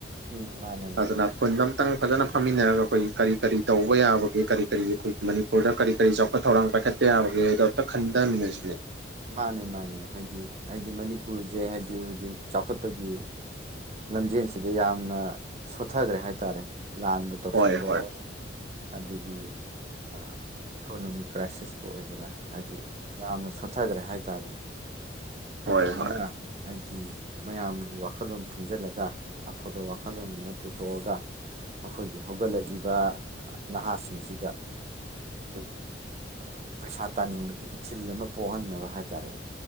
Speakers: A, on the right; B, on the right.
A: ꯎꯝ ꯃꯥꯅꯦ
B: ꯐꯖꯅꯞ
A: ꯃꯥꯅꯦ
B: ꯈꯨꯟꯗ ꯑꯝꯇꯪ ꯐꯖꯅ ꯐꯝꯃꯤꯟꯅꯔꯒ ꯑꯩꯈꯣꯏꯒꯤ ꯀꯔꯤ ꯀꯔꯤ ꯇꯧꯕ ꯌꯥꯕꯒꯦ ꯀꯔꯤ ꯀꯔꯤ ꯑꯩꯈꯣꯏꯒꯤ ꯃꯅꯤ ꯄꯨꯔꯗ ꯀꯔꯤ ꯀꯔꯤ ꯆꯥꯎꯈꯠ ꯊꯧꯔꯥꯡ ꯄꯥꯏꯈꯠꯄ ꯌꯥꯕꯒꯦ ꯍꯥꯏꯗꯣ ꯑꯝꯇ ꯈꯟꯗꯃꯤꯟꯅꯁꯤꯅꯦ
A: ꯑꯥ ꯃꯥꯅꯦ ꯃꯥꯅꯦ ꯍꯥꯏꯗꯤ ꯍꯥꯏꯗꯤ ꯃꯅꯤꯄꯨꯔꯖꯦ ꯍꯥꯏꯗꯤ ꯍꯧꯖꯤꯛ ꯆꯥꯎꯈꯠꯄꯒꯤ ꯂꯝꯖꯦꯟꯁꯤꯗ ꯌꯥꯝꯅ ꯁꯣꯊꯒ꯭ꯔꯦ ꯍꯥꯏꯇꯥꯔꯦ ꯂꯥꯟꯕꯨ ꯇꯧꯁꯟꯕꯋꯣꯛ
B: ꯍꯣꯏ ꯍꯣꯏ
A: ꯑꯗꯒꯤ ꯑ ꯏꯀꯣꯅꯣꯃꯤꯛ ꯀ꯭ꯔꯥꯏꯁꯤꯁꯄꯨ ꯑꯣꯏꯒꯦꯔꯥ ꯍꯥꯏꯗꯤ ꯌꯥꯝꯅ ꯁꯣꯊꯒ꯭ꯔꯦ ꯍꯥꯏꯇꯥꯔꯦꯅꯦ
B: ꯍꯣꯏ
A: ꯑꯗꯨꯗꯨꯅ
B: ꯍꯣꯏ
A: ꯍꯥꯏꯗꯤ ꯃꯌꯥꯝꯒꯤ ꯋꯥꯈꯜꯂꯣꯟ ꯄꯨꯟꯖꯜꯂꯒ ꯑꯐꯕ ꯋꯥꯈꯜꯂꯣꯟ ꯑꯃ ꯄꯨꯊꯣꯛꯑꯒ ꯑꯈꯣꯏꯒꯤ ꯍꯧꯒꯠꯂꯛꯏꯕ ꯅꯍꯥꯁꯤꯡꯁꯤꯗ ꯈꯣꯏꯒꯤ ꯄꯩꯁꯥ ꯇꯥꯟꯅꯤꯡꯕꯒꯤ ꯏꯊꯤꯜ ꯑꯃ ꯄꯣꯛꯍꯟꯅꯕ ꯍꯥꯏꯇꯥꯔꯦꯅꯦ